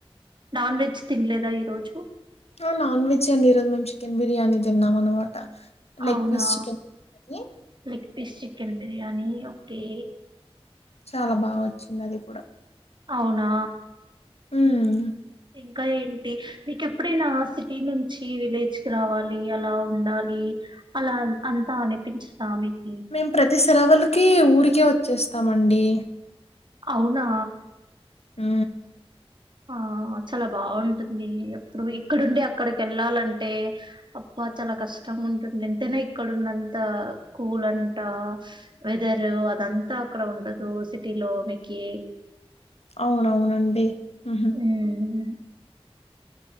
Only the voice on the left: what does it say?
ఆ నాన్ వెజ్ అండి. ఈరోజు మేము చికెన్ బిర్యానీ తిన్నామనమాట. లెగ్
piece chicken biryani.
చాలా బా వచ్చిందది కూడా
ఉమ్
మేం ప్రతి సెలవలక్ కీ ఊరికే వచ్చేస్తామండి
హ
అవునవునండి ఉహు